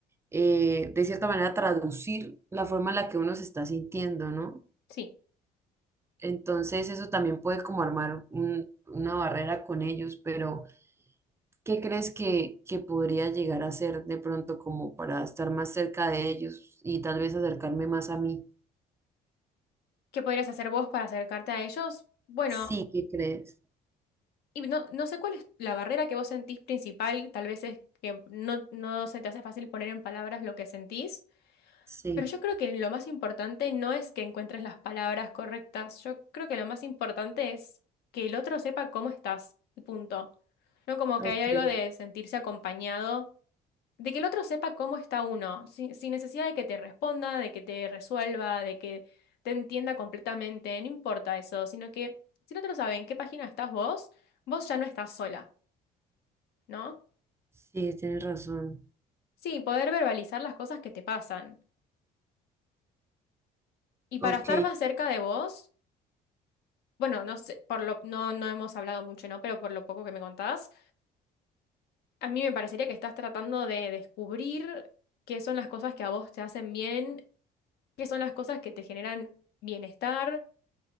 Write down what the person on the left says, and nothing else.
Sí.
¿Qué podrías hacer vos para acercarte a ellos? Bueno.
Y no, no sé cuál es la barrera que vos sentís principal, tal vez es que no, no se te hace fácil poner en palabras lo que sentís,
pero yo creo que lo más importante no es que encuentres las palabras correctas, yo creo que lo más importante es que el otro sepa cómo estás, y punto. No como
que hay algo de sentirse acompañado, de que el otro sepa cómo está uno, sin, sin necesidad de que te responda, de que te resuelva, de que te entienda completamente, no importa eso, sino que si el otro sabe en qué página estás vos, vos ya no estás sola. ¿no?
Sí, poder verbalizar las cosas que te pasan. Y para
estar más cerca de vos, bueno, no sé, por lo, no, no hemos hablado mucho, ¿no? Pero por lo poco que me contás, a mí me parecería que estás tratando de descubrir qué son las cosas que a vos te hacen bien, qué son las cosas que te generan bienestar,